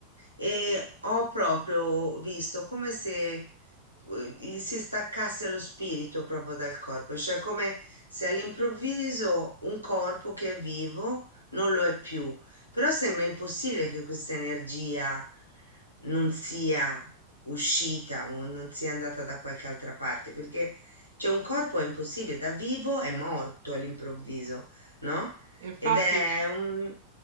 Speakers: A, on the left; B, on the right.
A: E ho proprio visto come se eh, gli si staccasse lo spirito proprio dal corpo, cioè come se all'improvviso un corpo che è vivo non lo è più, però sembra impossibile che questa energia non sia uscita o non sia andata da qualche altra parte, perché cioè, un corpo è impossibile, da vivo è morto all'improvviso, no?
B: E infatti
A: Ed è
B: ci-
A: un,